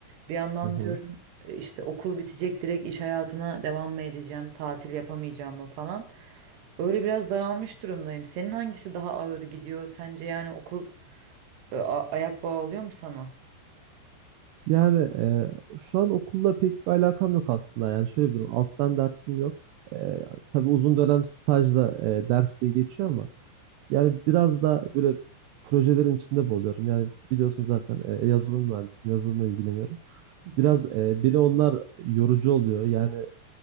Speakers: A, on the right (about 60°); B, on the right (about 75°).
A: Bir yandan
B: Hı hı.
A: diyorum e, işte okul bitecek direkt iş hayatına devam mı edeceğim, tatil yapamayacağım mı falan. Öyle biraz daralmış durumdayım. Senin hangisi daha ağır gidiyor sence yani okul e, a- ayak bağı oluyor mu sana?
B: Yani e, şu an okulla pek bir alakam yok aslında. Yani şöyle bir durum. Alttan dersim yok. E, tabii uzun dönem stajda e, ders diye geçiyor ama Yani biraz da böyle projelerin içinde buluyorum. Yani biliyorsun zaten e, e, yazılım mühendisiyim, yazılımla ilgileniyorum.
A: Hı
B: Biraz
A: hı.
B: e, beni onlar yorucu oluyor. Yani